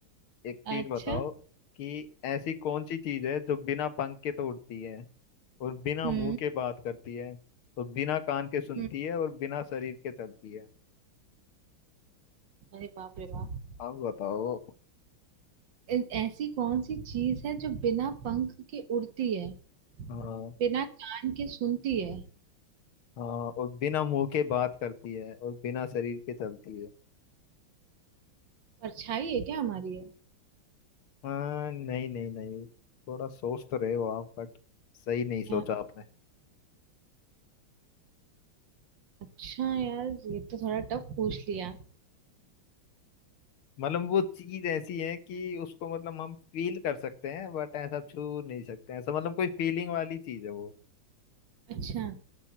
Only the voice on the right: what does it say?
अच्छा
हम्म
हम्म
अरे बाप रे बाप
ऐ- ऐसी कौन सी चीज है जो बिना पंख के उड़ती है
बिना कान के सुनती है
परछाई है क्या हमारी
है
अच्छा यार ये तो थोड़ा टफ पूछ लिया
अच्छा